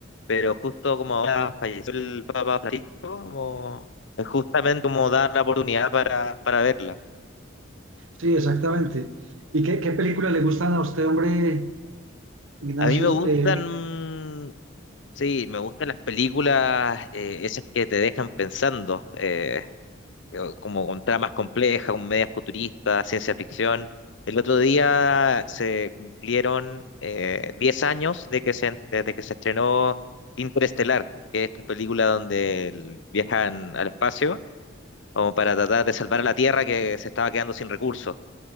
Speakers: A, on the left; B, on the right.
A: pero justo como ahora falleció el Papa Francisco, como, es justamente como dar la oportunidad para, para verla.
B: Sí, exactamente. ¿Y qué, qué películas le gustan a usted, hombre, Ignacio?
A: A mí me gustan,
B: Eh,
A: mm, sí, me gustan las películas, eh, esas que te dejan pensando, eh, o- como con tramas complejas, con medias futuristas, ciencia ficción. El otro día se cumplieron eh, 10 años de que se, desde que se estrenó Interestelar, que es esta película donde el- viajan al espacio como para tratar de salvar a la Tierra que se estaba quedando sin recursos.